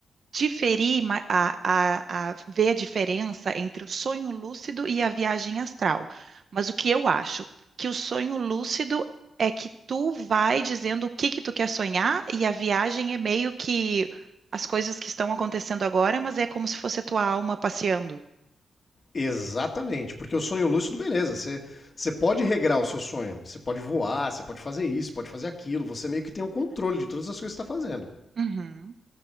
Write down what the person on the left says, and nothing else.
Exatamente, porque o sonho lúcido, beleza, você, você pode regrar o seu sonho, você pode voar, você pode fazer isso, pode fazer aquilo, você meio que tem o controle de todas as coisas que está fazendo.